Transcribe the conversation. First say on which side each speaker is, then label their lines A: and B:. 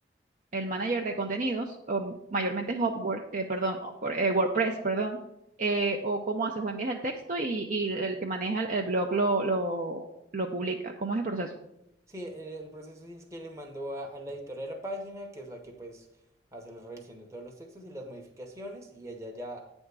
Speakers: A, on the right; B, on the right.
A: el manager de contenidos, o m- mayormente es Upwork, eh, perdón, Upwork, eh, WordPress, perdón, eh, o cómo haces, o envías el texto y, y el que maneja el, el blog lo, lo, lo publica. ¿Cómo es el proceso?
B: Sí, el, el proceso sí es que le mandó a, a la editora de la página, que es la que pues hace la revisión de todos los textos y las modificaciones, y ella ya